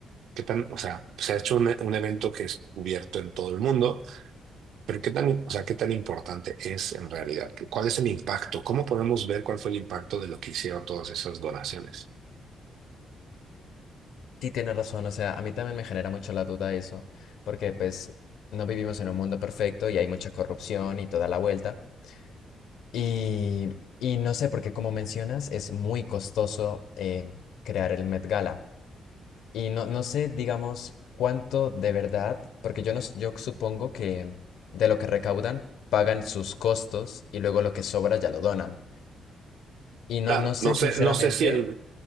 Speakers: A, on the right; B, on the left.
A: qué tan, o sea, se ha hecho un, un evento que es cubierto en todo el mundo, pero qué tan, o sea, qué tan importante es en realidad. ¿Cuál es el impacto? ¿Cómo podemos ver cuál fue el impacto de lo que hicieron todas esas donaciones?
B: Sí, tienes razón, o sea, a mí también me genera mucho la duda eso, porque pues no vivimos en un mundo perfecto y hay mucha corrupción y toda la vuelta. Y, y no sé, porque como mencionas, es muy costoso eh, crear el Met Gala. Y no, no sé, digamos, cuánto de verdad, porque yo, no, s- yo supongo que de lo que recaudan pagan sus costos y luego lo que sobra ya lo donan. Y no,
A: Claro,
B: no sé,
A: no sé,
B: sinceramente,
A: no sé si el,